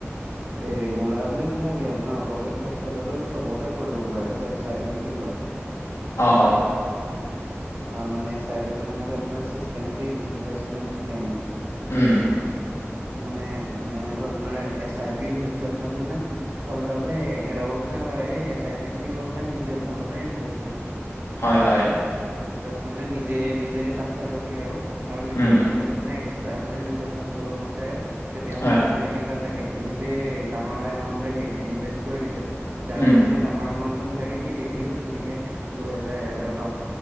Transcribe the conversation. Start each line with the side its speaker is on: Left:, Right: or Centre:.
Right: ৰেগুলাৰ বুলি নাথাকে। আপোনাৰ অট'পেত কাট খায় যোৱাটো চবতে কৰিব পাৰে সেইটো এছ আই পি বুলি কয়।
Left: অ', অ'।
Right: অ' মানে এছ-আই-পি মানে হৈছে আপোনাৰ চিষ্টেমেটিক ইনভেষ্টমেণ্ট প্লেন।
Left: উম।
Right: মানে এ সেইটো আপোনাৰ S I P, mutual fund মানে চাবলৈ গ'লে একেটা বস্তুে হয় এই এছ আই পি খিনি গৈ পেলাই মিউচুৱেল ফাণ্ডতে ইনভেষ্ট হয়।
Left: হয়, হয়।
Right: জাষ্ট মানে নিজে নিজে কাট খাই গৈ থাকে আৰু মিউচুৱেল
Left: উম
Right: ফাণ্ড মানে একচট্ৰা যদি মিউচুৱেল ফাণ্ড কৰিব বিচাৰে তেতিয়া
Left: হয়
Right: মানে আপুনি তাতে নিজে ডাঙৰ এ এমাউন্ট ইনভেষ্ট কৰি দিছে যাৰ
Left: উম
Right: লগত <unintelligible> ডাঙৰ এমাউন্ট নাথাকে সি ডেইলি সি তেনেকে দুহেজাৰ এহেজাৰ পাঁচশ